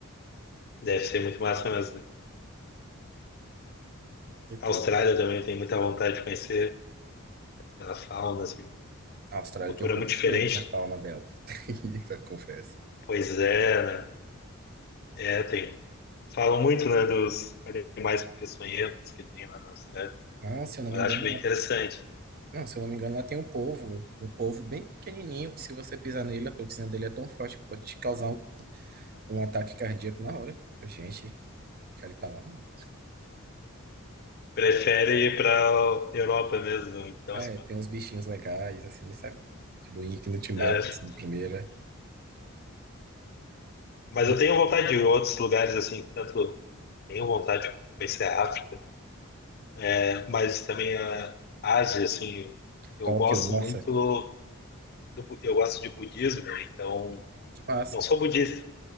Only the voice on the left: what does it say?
deve ser muito massa mesmo, né?
A
Austrália também tem muita vontade de conhecer pela fauna, assim.
Cultura
muito
diferente.
Pois é, né? É, tem. Falam muito, né, dos animais peçonhentos que tem lá na Austrália,
mas
acho bem
interessante.
Prefere ir para Europa mesmo, então.
assim,
é.
Mas
eu tenho vontade de ir em outros lugares, assim, tanto tenho vontade de conhecer a África, né, mas também a Ásia, assim, eu
gosto
muito do, bu- eu gosto de budismo, né, então
não sou budista,